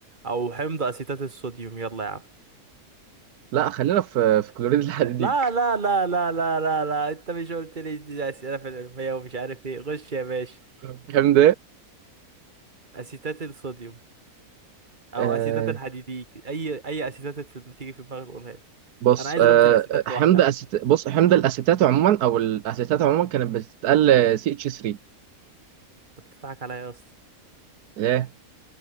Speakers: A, on the right (about 30°); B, on the right (about 90°).
A: او حمض اسيتات الصوديوم يلا يا عم
B: لا خلينا في في كلوريد الحديديك
A: لا لا لا لا لا لا لا انت مش قلت لي دي اسئله في العلميه ومش عارف ايه غش يا باشا
B: <laughs> فاهم
A: اسيتات الصوديوم او
B: ده
A: اسيتات الحديديك اي اي اسيتات في- تيجي في دماغك قولها لي
B: بص
A: انا عايز
B: آه،
A: رمز الاسيتات
B: حمض
A: لوحدها
B: أسيت... بص حمض الاسيتات عموما او الاسيتات عموما كانت بتتقال سي اتش 3
A: انت بتضحك عليا يا اسطى
B: ليه